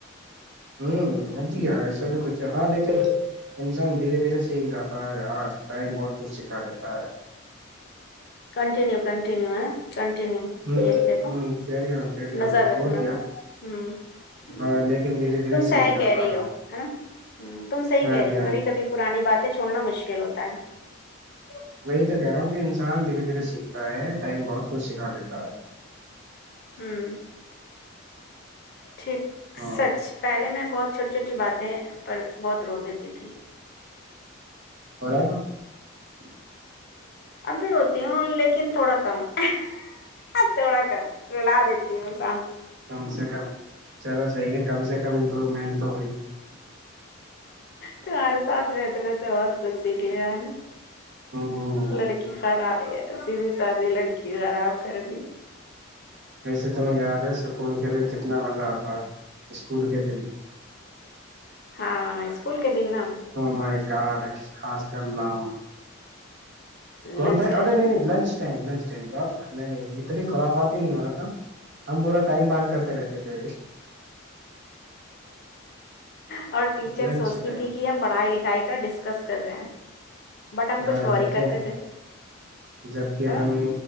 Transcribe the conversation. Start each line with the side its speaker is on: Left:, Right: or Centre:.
Right: ہوںیار ہے سب کچھ ہے ہاں لیکن انسان دھیرے دھیرے سیکھ جاتا ہے یار ٹائم بہت کچھ سکھا دیتا ہے <unintelligible>
Left: کنٹینیو کنٹو <unintelligible>
Right: ہ
Left: یہ دیکھو
Right: ہ کیری آن کیری
Left: نظر
Right: آن
Left: رکھنا
Right: بول دیا
Left: ہ
Right: ہاں لیکن دھیرے دھیرے
Left: تم
Right: سیکھ
Left: سے
Right: جاتا
Left: کہہ رہی
Right: ہے
Left: ہو نا تم سے ہی
Right: ہاں
Left: کہہ رہی
Right: جی
Left: ہو
Right: ہاں
Left: کبھی کبھی پرانی بات <unintelligible> چھوڑنا مشکل ہوتا ہے <unintelligible>
Right: وہی تو کہہ رہا ہوں کہ انسان دھیرے دھیرے سیکھتا ہے ٹائم بہت کچھ سکھا دیتا ہے <unintelligible>
Left: ہاں <unintelligible> ٹھیک
Right: ہاں
Left: سچ پہلے میں بہت <unintelligible> چھوٹی چھوٹی باتیں پر بہت روک دیتی تھی <unintelligible>
Right: اور رہا گ <unintelligible>
Left: اب بھی روتی ہوں لیکن تھوڑا کم <unintelligible> آ تھوڑا کاا ر ل دیتی ہو <unintelligible>
Right: کم سے کم چلو صحیح ہے <unintelligible> کم سے کم امپروومنٹ تو ہوئی <unintelligible>
Left: تمہارےاتھ رہتے رہتے بہت کچھ سیکھ لیا ہے
Right: ہ
Left: لڑکی خانا س بھی شادی لڑکی خراب کر دی
Right: ویسے ت میں یاد ہے س کون کے دن کتنا مزہ آتاا ہے اسکول کے دن
Left: ہاں اس اسکول کے دن نا
Right: مائ کارڈ خاص کر لام کونم
Left: لنچ ٹائم
Right: ارے نہیں
Left: نا
Right: نہیں لنچ ٹائم لنچ ٹم ب نہیں اتنی خلافات ہی نہیں ہو رہا تھا ہم پورا ٹائم بار کرتے رہتے تھے
Left: اور ٹیچر
Right: لنچ
Left: سوچتی
Right: ٹائم
Left: تھی کہ ہم پڑھائی لکھائی کا ڈسکس کر رہے ہیں بٹ ہم
Right: ہاں
Left: کچھ غوری
Right: جبک
Left: کرتے تھے
Right: جبک
Left: نا
Right: ہم